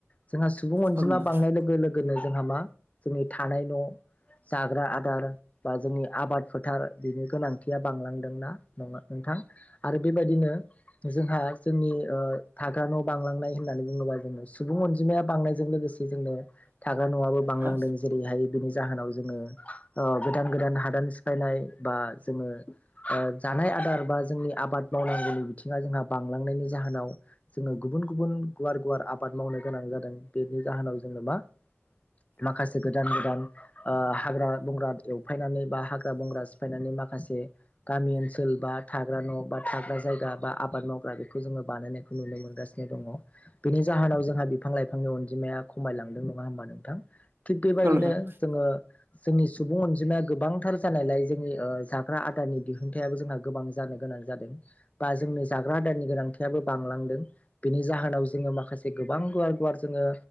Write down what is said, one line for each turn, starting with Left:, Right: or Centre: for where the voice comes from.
Left: जोंहा सुबुं अनजिमा
Right: औ नोंथां
Left: बांनाय लोगो लोगोनो जोंहा मा जोंनि थानाय न' जाग्रा आदार बा जोंनि आबाद फोथार बिनि गोनांथिया बांलांदोंना न नोंथां। आरो बेबायदिनो जोंहा जोंनि थाग्रा न' बांलांनाय होननानै बुङोबा जोङो सुबुं अनजिमाया बांनायजों लोगोसे जोंनो थाग्रा न'आबो बांलांदों
Right: हा
Left: जेरैहाय बेनि जाहोनाव जोङो गोदान गोदान हादान फायनाय बा जोङो जानाय आदार बा जोंनि आबाद मावनांगौनि बिथिङा जोंहा बांलांनायनि जाहोनाव जोङो गुबुन गुबुन गुवार गुवार आबाद मावनो गोनां जादों बेनि जाहोनाव जोङो मा। माखासे गोदान गोदान हाग्रा बंग्रा एवफायनानै बा हाग्रा बंग्रा सिफायनानै माखासे गामि ओनसोल बा थाग्रा न' बा थाग्रा जायगा बा आबाद मावग्रा बेखौ जोङो बानायनायखौ नुनो मोनगासिनो <unintelligible> बेनि जाहोनाव जोंहा बिफां लाइफांनि अनजिमाया खमायलांदों नङा होमबा नोंथां। थिग बेबायदिनो
Right: औ नोंथां
Left: जोङो जोंनि सुबुं अनजिमाया गोबांथार जानायलाय जोंनि फाग्रा आदारनि दिहुनथायाइाबो जोंहा गोबां जानो गोनां जादों बा जोंनि जाग्रा आदारनि गोनांथियाबो बांलांदों बिनि जाहोनाव जोङो माखासे गोबां गुवार गुवार जोङो